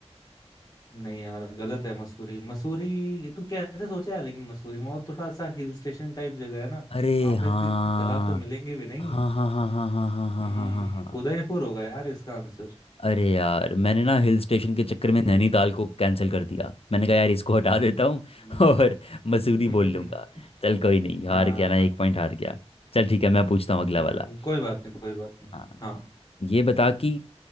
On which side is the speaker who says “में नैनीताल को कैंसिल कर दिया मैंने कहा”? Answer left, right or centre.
Left